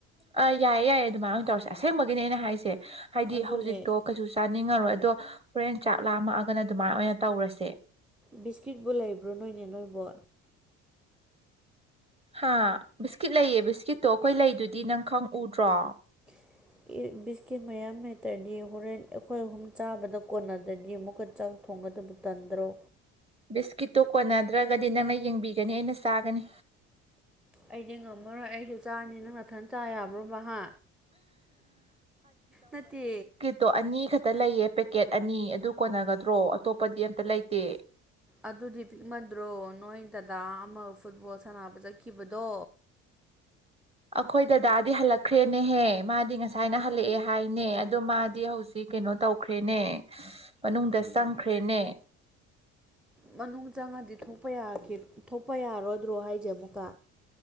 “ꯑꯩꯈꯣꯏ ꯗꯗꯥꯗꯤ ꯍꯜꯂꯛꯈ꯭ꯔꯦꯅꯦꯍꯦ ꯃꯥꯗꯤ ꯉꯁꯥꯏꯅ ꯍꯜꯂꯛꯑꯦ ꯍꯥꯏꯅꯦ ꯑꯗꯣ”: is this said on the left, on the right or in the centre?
Right